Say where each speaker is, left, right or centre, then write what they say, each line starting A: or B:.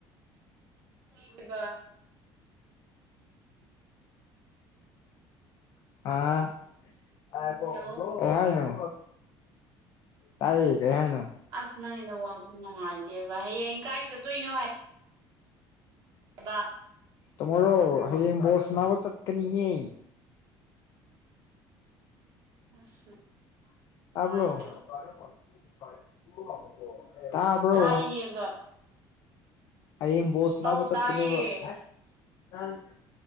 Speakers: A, on the right; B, on the left.
A: <unintelligible>
B: <unintelligible>
A: ꯍꯜꯂꯣ
B: ꯀꯩꯍꯥꯏꯅꯣ ꯇꯥꯏ ꯀꯩꯍꯥꯏꯅꯣ
A: ꯑꯁ ꯅꯪꯩꯅ ꯋꯥꯡ ꯅꯨꯡꯉꯥꯏꯗꯦꯕ ꯍꯌꯦꯡ ꯀꯥꯏ ꯆꯠꯇꯣꯏꯅꯣ ꯍꯥꯏ <unintelligible>
B: ꯇꯥꯃꯣꯣꯔꯣ ꯍꯌꯦꯡ ꯕꯣꯁ ꯅꯥꯕ ꯆꯠꯀꯅꯤꯌꯦ
A: ꯑꯁ
B: <unintelligible> ꯇꯥꯕ꯭ꯔꯣ
A: ꯅꯨꯡꯉꯥꯏꯇ꯭ꯔꯨ
B: <inaudible> ꯇꯥꯕ꯭ꯔꯣ
A: ꯇꯥꯏꯌꯦꯕ
B: ꯍꯌꯦꯡ ꯕꯣꯜ ꯁꯥꯟꯅꯕ
A: ꯑꯧ
B: ꯆꯠꯀꯅꯦꯕ
A: ꯇꯥꯏꯌꯦ
B: <unintelligible>